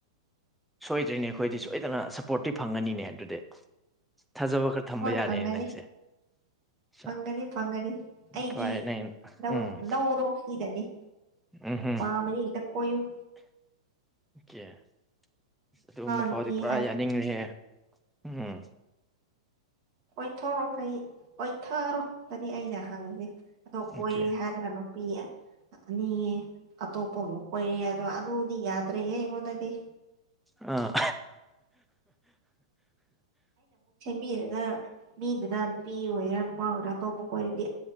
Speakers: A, in the centre; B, on the right.
A: ꯁꯣꯏꯗ꯭ꯔꯤꯅꯦ ꯑꯩꯈꯣꯏꯗꯤ ꯁꯣꯏꯗꯅ ꯁꯞꯄꯣꯔꯠꯇꯤ ꯐꯪꯉꯅꯤꯅꯦ ꯑꯗꯨꯗꯤ ꯊꯥꯖꯕ ꯈꯔ ꯊꯝꯕ
B: ꯍꯣꯏ
A: ꯌꯥꯔꯦꯅꯦ
B: ꯐꯪꯒꯅꯤ
A: ꯅꯪꯁꯦ ꯁꯥ
B: ꯐꯪꯒꯅꯤ ꯐꯪꯒꯅꯤ ꯑꯩꯗꯤ
A: ꯐꯔꯦ ꯅꯪ
B: ꯂꯧ
A: ꯎꯝ
B: ꯂꯧꯔꯣ ꯁꯤꯗꯅꯤ
A: ꯎꯝꯍꯝ
B: ꯄꯥꯝꯃꯗꯤ ꯍꯦꯇ ꯀꫭꯏꯌꫭ
A: <unintelligible> ꯑꯗꯨꯃ
B: ꯅꯨꯄꯤ
A: ꯐꯥꯎꯗꯤ ꯄꯨꯔꯥ
B: ꯍꯥꯏ
A: ꯌꯥꯅꯤꯡꯔꯦꯍꯦ ꯎꯝ
B: ꯀꫭꯏꯊꫭꯔꯣ ꯍꯩ ꯑꯣꯏꯊꯔꯣꯇꯅꯤ ꯑꯩꯅ ꯍꯪꯉꯤꯁꯦ ꯑꯗꯣ ꯀꯣꯏ
A: ꯑꯣꯀꯦ
B: <unintelligible> ꯅꯨꯄꯤ ꯑꯅꯤ ꯑꯇꯣꯞꯄ ꯑꯃꯨꯛ ꯀꫭꯏꯔꯦ ꯑꯗꯣ ꯑꯗꯨꯗꯤ ꯌꯥꯗ꯭ꯔꯦꯍꯦ ꯑꯩꯉꯣꯟꯗꯗꯤ
A: ꯑꯥ
B: ꯄꯤꯔꯒ ꯃꯤꯗꯨꯅ ꯅꯨꯄꯤ ꯑꯣꯏꯒꯦꯔ ꯅꯨꯄꯥ ꯑꯣꯏꯒꯦꯔ ꯑꯇꯣꯞꯄ ꯀꫭꯏꯔꯗꯤ